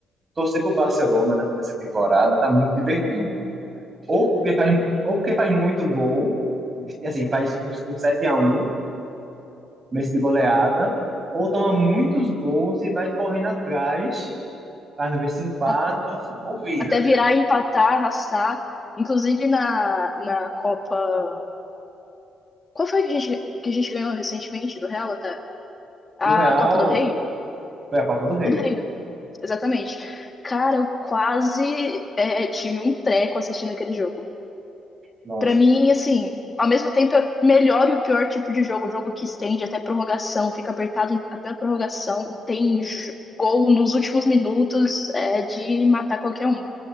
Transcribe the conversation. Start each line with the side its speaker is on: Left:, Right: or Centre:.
Right: torcer pro Barcelona né, nessa temporada, tá muito divertido. Ou porque faz, ou porque faz muito gol, e assim, faz um um sete a um mês de goleada, ou toma muitos gols e vai correndo atrás para ver se empata
Left: A-
Right: ou vira.
Left: Até virar, empatar, arrastar. Inclusive na, na Copa. Qual foi que a gente, que a gente ganhou recentemente do Real até? A
Right: Do Real,
Left: Copa do Rei?
Right: foi a Copa do Rei.
Left: É do Rei, né? Exatamente. Cara, eu quase é, tive um treco assistindo aquele jogo.
Right: Nossa.
Left: Pra mim, assim, ao mesmo tempo é o melhor e o pior tipo de jogo. Jogo que estende até prorrogação, fica apertado até a prorrogação, tem j- gol nos últimos minutos, é de matar qualquer um.